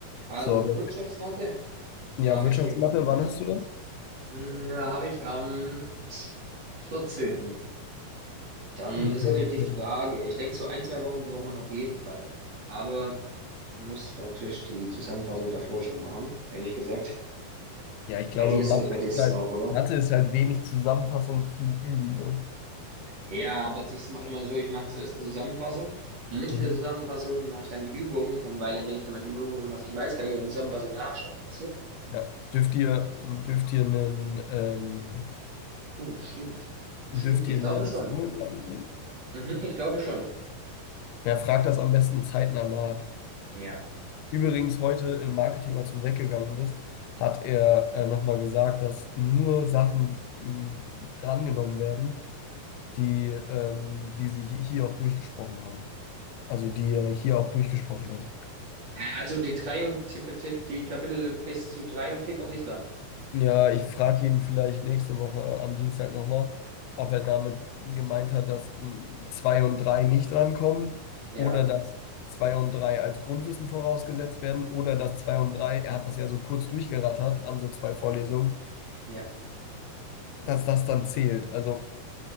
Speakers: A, on the right; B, on the left.
A: Also
B: So,
A: Wirtschaftswarte
B: ja,
A: waren
B: Wirtschaftsmathe,
A: wir stehen geblieben, ne?
B: wann hast du das?
A: Hm, Da habe ich am 14. Dann
B: Okay,
A: ist natürlich die
B: okay.
A: Frage, ich denke, so ein, zwei Wochen braucht man auf jeden Fall. Aber muss praktisch die Zusammenfassung davor schon machen, ehrlich gesagt.
B: Ja, ich glaube,
A: Bei dir
B: Mathe
A: ist so, bei dir ist
B: ist halt,
A: es auch, oder?
B: Mathe ist halt wenig Zusammenfassung, viel üben, ne?
A: Ja, aber ich mache immer so, ich mache zuerst eine Zusammenfassung und mit dieser
B: Mhm.
A: Zusammenfassung mache ich dann die Übungen und weil ich, wenn ich dann meine Übungen irgendwas nicht weiß, kann ich in der Zusammenfassung nachschauen, weißt du?
B: Ja. Dürft ihr, dürft ihr einen, ähm,
A: Oh, stimmt. Stimmt,
B: dürft
A: ich
B: ihr einen
A: glaube schon.
B: Formelblatt mitnehmen?
A: Mhm, ich glaube schon.
B: Ja, frag das am besten zeitnah nach.
A: Ja.
B: Übrigens, heute im Marketing, als du weggegangen bist, hat er äh, nochmal gesagt, dass nur Sachen mh, drangenommen werden, die, ähm, die sie hi- hier auch durchgesprochen haben. Also die er hier auch durchgesprochen hat.
A: Hä, Also die drei und Tipp- Tipp- die Kapitel bis zu drei und vier kommt nicht dran.
B: Ja, ich frage ihn vielleicht nächste Woche am Dienstag nochmal, ob er damit gemeint hat, dass mm, 2 und 3 nicht rankommen
A: Ja,
B: oder dass 2 und 3 als Grundwissen vorausgesetzt werden oder dass 2 und 3, er hat das ja so kurz durchgerattert an so zwei Vorlesungen,
A: ja.
B: dass das dann zählt. Also